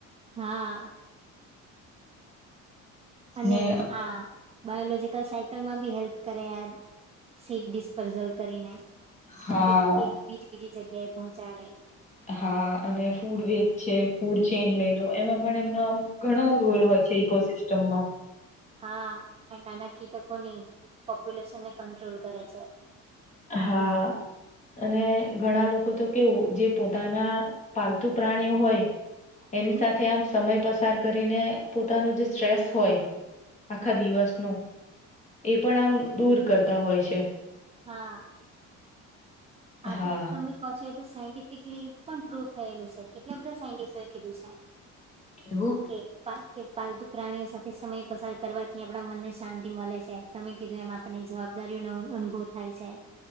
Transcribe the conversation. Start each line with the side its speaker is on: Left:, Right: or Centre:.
Right: હા અને
Left: ને
Right: અને આ બાયોલોજીકલ સાયકલમાં બી હેલ્પ, કરે યાર સીટ ડિસ્પઝલ કરીને
Left: હા
Right: એક, એક બીજી, બીજી જગ્યાએ, પહોંચાડે
Left: હા, અને ફૂડ વે છે, ફૂડ ચેન લઈ લો, એમાં પણ એમનો, આમ ઘણો રોલ હોય. ઇકોસિસ્ટમમા
Right: હા, નાના કીટકોની પોપ્યુલેશનને કંટ્રોલ કરે છે.
Left: હા અને ઘણા લોકો, તો કેવું જે પોતાના પાલતુ પ્રાણીઓ હોય.
Right: હમ
Left: એની સાથે, આમ સમય પસ પસાર કરીને પોતાનો જે સ્ટ્રેસ હોય, આખા દિવસનો એ પણ આમ દૂર કરતા હોય છે.
Right: હા આ
Left: હા.
Right: તો તમે ક છો, તો સાયન્ટિફિકલી પણ પ્રૂવ થયેલું છે, કેટલા બધા સાયન્ટિસ્ટોએ કીધું છે.
Left: એવું
Right: કે, બા કે પાલતુ પ્રાણીઓ સાથે સમય પસાર કરવાથી આપણા મનને શાંતિ મળે છે, તમે કીધું એમ આપણને જવાબ જબદારીઓ નો અનુભવ થાય છે.